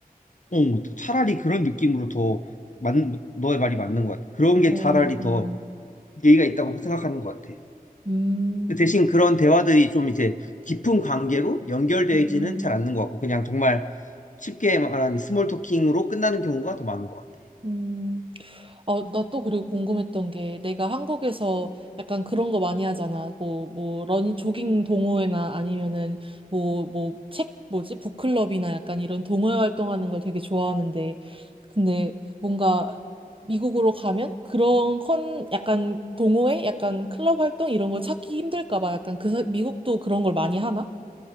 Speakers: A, on the left; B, on the right.
A: 어, 차라리 그런 느낌으로 더 맞 너의 말이 맞는 것 같아. 그런 게
B: 어,
A: 차라리
B: 어.
A: 더 예의가 있다고 생각하는 것 같아.
B: 음,
A: 근데 대신 그런 대화들이 좀 이제 깊은 관계로 연결되지는
B: 음, 음,
A: 잘 않는 것 같고 그냥 정말 쉽게 말한 스몰 토킹으로 끝나는 경우가 더 많은 것 같아.
B: 음. 어, 나 또 그리고 궁금했던 게 내가 한국에서 약간 그런 거 많이 하잖아. 뭐, 뭐, 러닝, 조깅 동호회나 아니면은 뭐, 뭐, 책, 뭐지? 북클럽이나 약간 이런 동호회 활동하는 걸 되게 좋아하는데. 근데 뭔가 미국으로 가면 그런 컨, 약간 동호회? 약간 클럽 활동 이런 걸 찾기 힘들까 봐. 약간 그, 사- 미국도 그런 걸 많이 하나?